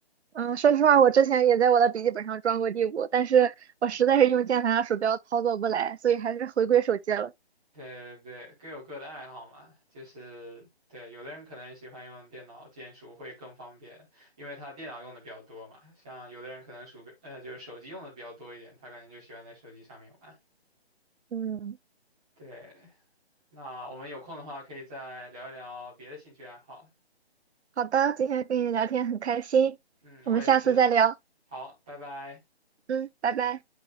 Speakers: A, on the right; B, in the centre.
A: 嗯，说实话，我之前也在我的笔记本上装过第五，但是我实在是用键盘和鼠标操作不来，所以还是回归手机了。
B: 对对对，各有各的爱好嘛，就是对，有的人可能喜欢用电脑键鼠会更方便，因为他电脑用的比较多嘛。像有的人可能鼠标，呃，就是手机用的比较多一点，他可能就喜欢在手机上面玩。
A: 嗯。
B: 对，那我们有空的话可以再聊一聊别的兴趣爱好。
A: 好的，今天跟你聊天很开心，
B: 嗯，
A: 我们下次再聊。
B: 我也是。好，拜拜。
A: 嗯，拜拜。